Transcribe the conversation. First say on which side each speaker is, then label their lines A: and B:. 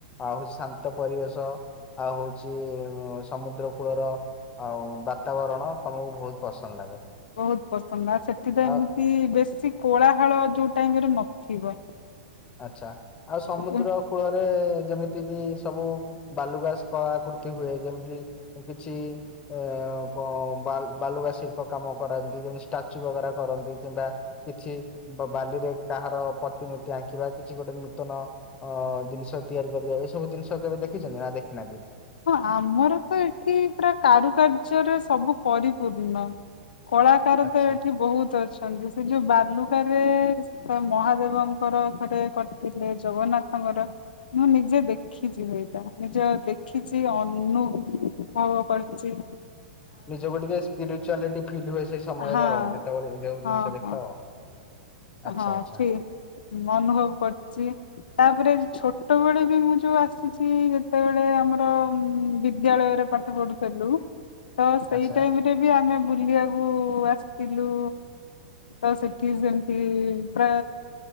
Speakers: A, on the left (about 20°); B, on the left (about 60°).
A: ଆଉ ହଉଛି ଶାନ୍ତ ପରିବେଶ ଆଉ ହଉଛି ସମୁଦ୍ର କୂଳର ଆଉ ବାତାବରଣ ତମକୁ ବହୁତ ପସନ୍ଦ୍ ଲାଗେ।
B: ବହୁତ୍ ପସନ୍ଦ ଆ ସେଠି ତ
A: ଆଉ
B: ଏମିତି ବେଶୀ କୋଳାହାଳ ଯୋଉ ଟାଇମ୍ ରେ ନଥିବ।
A: ଆଛା ଆଉ ସମୁଦ୍ର
B: ଏମ
A: କୂଳରେ ଯେମିତି କି ସବୁ ବାଲୁଗାସ ଆକୃତି ହୁଏ ଯେମିତି କିଛି ଏ କ ବାଲ୍ ବାଲୁଗା ଶିଳ୍ପ କାମ କରାନ୍ତି ଯେ ଷ୍ଟାଚୁ ବଗରା କରନ୍ତି କିମ୍ବା କିଛି ବା-ବାଲିରେ କାହାର ପ୍ରତିମୂର୍ତ୍ତି ଆଙ୍କି ଙ୍କିବା କିଛି ଗୋଟେ ନୂତନ ଅ ଜିନିଷ ତିଆରି କରିବା ଏଇସବୁ ଜିନିଷ କେବେ ଦେଖିଛନ୍ତି ନା ଦେଖୀନାହାନ୍ତି?
B: ହଁ ଆମର ତ ଏଠି ପୁରା କାରୁକାର୍ଯ୍ୟରେ ସବୁ ପରିପୂର୍ଣ୍ଣ। କଳାକାର
A: ଆଚ୍ଛା
B: ତ ଏଠି ବହୁତ୍ ଅଛନ୍ତି ସେ ଯୋଉ ବାଲୁକାରେ ଥରେ ମହାଦେବଙ୍କର ଥରେ କରିଥିଲେ ଜଗନ୍ନାଥଙ୍କର ମୁଁ ନିଜେ ଦେଖିଛି ହେଇଟା ନିଜ ଦେଖ୍ ଖିଛି ଅନୁ-ଭବ କରିଚି।
A: ନିଜକୁ ଟିକେ ସ୍ପିରିଚୁଆଲିଟି ଫିଲ୍ ହୁଏ ସେ ସମୟରେ
B: ହଁ
A: ଆଉ ଯେତେବେଳେ ଏଇବୁ
B: ହଁ
A: ଜିନିଷ ଦେଖ।
B: ହଁ
A: ଆଚ୍ଛା
B: ହଁ
A: ଆଚ୍ଛା
B: ଠିକ ଅନୁଭବ କରୁଛି। ତାପରେ ଛୋଟବେଳେ ବି ମୁଁ ଯୋଉ ଆସିଛି ଯେତେବେଳେ ଆମର ବିଦ୍ୟାଳୟରେ ପାଠ ପଢୁଥିଲୁ ତ ସେଇ
A: ଆଚ୍ଛା
B: ଟାଇ ବି ଆମେ ବୁଲିବାକୁ ଆସିଥିଲୁ ତ ସେଠି ସେମତି ପୁରା